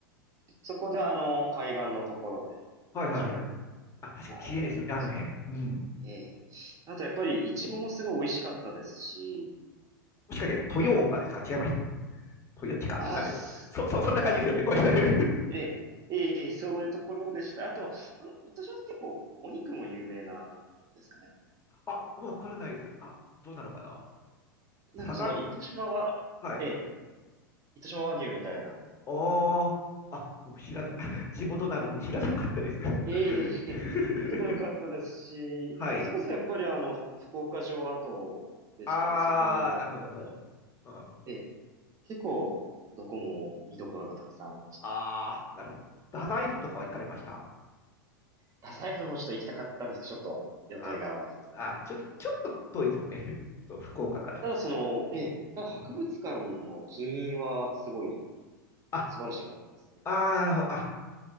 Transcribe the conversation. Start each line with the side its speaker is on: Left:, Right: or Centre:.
Right: そこであの、海岸のところで、
Left: はいはいはい。
Right: 綺麗な海を
Left: あ、確かに綺麗ですよね、
Right: あ、グランピングし
Left: あの辺。うん。
Right: て、えーあとやっぱり、イチゴもすごい美味しかったですし、
Left: もしかして豊岡ですか違います。豊地か。
Right: あ、
Left: あれなんていうか。
Right: す
Left: そ、<laughs> そ、そんな感じですよね。ごめんなさい。
Right: えー、えーそういうところでした。あとは、あの、糸島って結構、お肉も有名なんですかね。
Left: <laughs> あ、わからないです。あ、どうなのかな。
Right: なんかその糸島は、
Left: 佐賀、はい。
Right: ええ糸島和牛みたいなのがあっ
Left: ああ、あ、僕知らない。<laughs> 地元なのに知らなかったです。
Right: て、
Left: <laughs>
Right: そういうところ良かったですし、
Left: はい。
Right: まあ、それこそやっぱりあの、福岡城跡でしたり、
Left: ああ、
Right: そこの一帯
Left: なるほど、なるほど。うん。
Right: ええ結構どこも見どころがたくさんありましたね。
Left: ああ、なるほど。太宰府とかは行かれました
Right: 太宰府の方ちょっと行きたかったんですけど、ちょっと予定が合わずに。
Left: あ、あ、ちょ、ちょっと遠いですもんね。<laughs> そう、福岡から。
Right: ただその、ええ、
Left: うんうん
Right: ただ博物館の金印はすごい
Left: あ、
Right: 素晴らしかったですね。
Left: あーなるほど。あ、